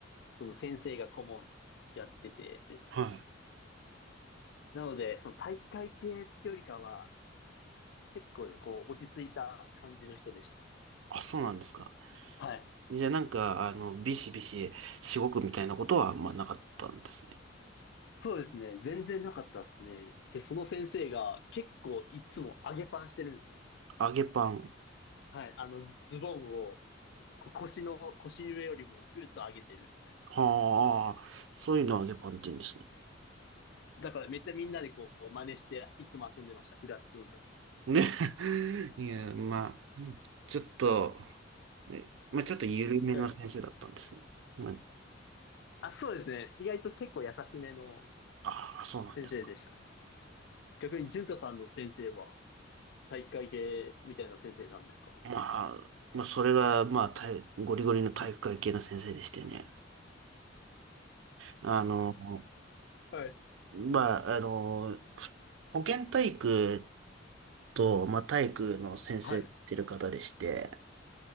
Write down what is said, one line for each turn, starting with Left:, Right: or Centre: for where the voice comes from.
Left: その先生が顧問やっててですね。
Right: はい。
Left: なので、その体育会系ってよりかは、結構こう落ち着いた感じの人でした。
Right: あ、そうなんですか。
Left: はい。
Right: じゃあなんか、あの、ビシビシしごくみたいなことは、まあなかったんですね。
Left: そうですね。全然なかったですね。で、その先生が結構いつも上げパンしてるんですよ。
Right: 揚げパン。
Left: はい。あの、ズズボンをこう腰の、腰上よりもぐっと上げてる。
Right: はあ、そういうのを揚げパンって言うんですね。
Left: だからめっちゃみんなでこう真似していつも遊んでました。部活の時。
Right: ね。<laughs> いや、まあ、ちょっと、えまあちょっと緩めの先生だったんですね。
Left: はい。
Right: まあ、
Left: あ、そうですね。意外と結構優しめの
Right: ああ、そうなんです。
Left: 先生でしたね。逆に、淳太さんの先生は体育会系みたいな先生なんですか
Right: まあ、まあ、それが、まあ、体ゴリゴリの体育会系の先生でしてね。あの、
Left: はい。
Right: まあ、あの、ふ保健体育と、まあ、体育の先生やってる方でして、
Left: はい。